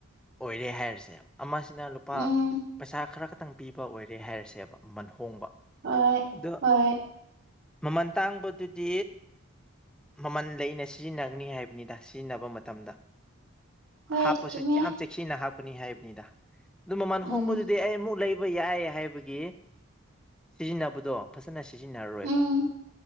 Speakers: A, in the centre; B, on the right (about 55°).
A: ꯑꯣꯏꯔꯦ ꯍꯥꯏꯔꯁꯦꯕ ꯑꯃ ꯁꯤꯅ ꯂꯨꯄꯥ
B: ꯎꯝ
A: ꯄꯩꯁꯥ ꯈꯔ ꯈꯛꯇꯪ ꯄꯤꯕ ꯑꯣꯏꯔꯦ ꯍꯥꯏꯔꯁꯦꯕ ꯃꯃꯟ ꯍꯣꯡꯕ
B: ꯍꯣꯏ
A: ꯑꯗꯣ
B: ꯍꯣꯏ
A: ꯃꯃꯜ ꯇꯥꯡꯕꯗꯨꯗꯤ ꯃꯃꯟ ꯂꯩꯅ ꯁꯤꯖꯤꯟꯅꯒꯅꯤ ꯍꯥꯏꯕꯅꯤꯗ ꯁꯤꯖꯤꯟꯅꯕ ꯃꯇꯝꯗ
B: ꯍꯣꯏ
A: ꯍꯥꯞꯄꯁꯨ
B: ꯆꯨꯝꯃꯦ
A: ꯌꯥꯝ ꯆꯦꯛꯁꯤꯟꯅ ꯍꯥꯞꯀꯅꯤ ꯍꯥꯏꯕꯅꯤꯗ ꯑꯗꯨ ꯃꯃꯜ
B: ꯎꯝ
A: ꯍꯣꯡꯕꯗꯨꯗꯤ ꯑꯩ ꯑꯃꯨꯛ ꯂꯩꯕ ꯌꯥꯏ ꯍꯥꯏꯕꯒꯤ ꯁꯤꯖꯤꯟꯅꯕꯗꯣ ꯐꯖꯅ ꯁꯤꯖꯤꯟꯅꯔꯣꯏꯕ
B: ꯎꯝ